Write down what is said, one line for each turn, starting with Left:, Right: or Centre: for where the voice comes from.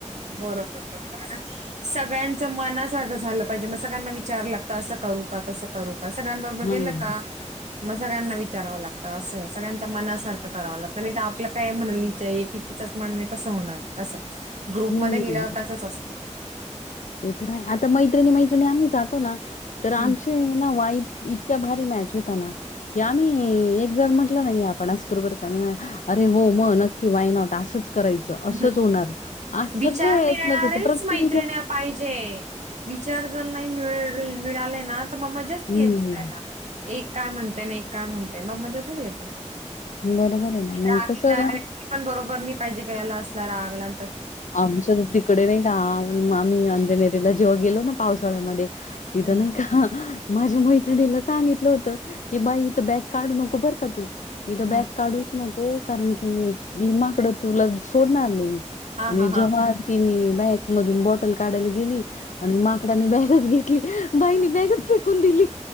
Right: बरोबर बरोबर आहे स. सगळ्यांच मनासारखं झालं पाहिजे मग सगळ्यांना विचार लागत असं करू. का तसं करू का सगळ्यांबरोबर
Left: हा
Right: गेलं का.
Left: <inaudible>
Right: मग सगळ्यांना विचारावं लागतं असं आहे सगळ्यांच्या मनासारखं करावं लागत नाही तर आपलं काय म्हणाि क म्हण कसं होणार असं ग्रुप
Left: हम्म
Right: मध्ये गेल्यावरच असतं.
Left: ते तर नाही आता मैत्रिणी मैत्रिणी आम्ही जातो ना तर आमचे
Right: हम्म,
Left: ना वाईफ इतक. इत भारी मॅच होता ना कि आम्ही एक जण म्हटलं नाही आपण आ कररोबर का. अरे हो मग नक्की वायनॉट असंच. करायचं
Right: हम्म.
Left: असंच होणार अस
Right: विचार
Left: सगळे
Right: मिळणारेच
Left: एकमेकीच प्रत्येक
Right: मैत्रिण्या पाहिजे विचार जर नाही मि मिळाले ना तर मग मजाच नाहीच
Left: हम्म
Right: कयला. एक काय म्हणते ना एक काय म्हणते मग मजा थोडी येते.
Left: बरोबर आहे ना मग
Right: राग
Left: कसं
Right: ये पण बरोबर नाही पाहिजे का याला असला रागला
Left: आमच्या तिकडे नाही का आम्ही अंजनेरीला जेव्हा गेलो ना पावसाळ्यामध्ये. तिथं
Right: हम्म
Left: नाही का? माझ्या मैत्रिणीला सांगितलं होत की बाईथं बॅग काढू नको बर का तू. इथ
Right: हम्म
Left: बॅग काढूच नको कारण कि भिमाकड तुला सोडणार नाही.
Right: हा
Left: आणि
Right: हा
Left: जेव्हा
Right: हा.
Left: तिने बॅक मधून बॉटल काढाला. गेली आणि माकडानी बॅगच घेतली बाईनी बॅगच फेकून दिली.